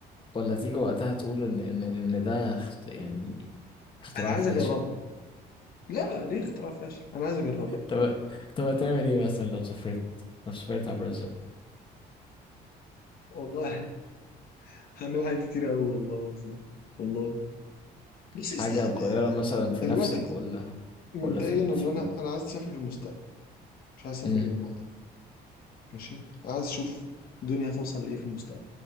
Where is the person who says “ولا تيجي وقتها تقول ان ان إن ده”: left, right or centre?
Left